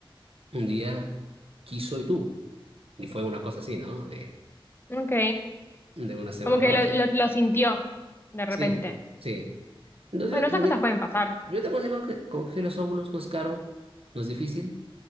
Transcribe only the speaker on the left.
ok.
Como que
lo,
lo, lo sintió de repente.
Bueno, esas
cosas pueden pasar.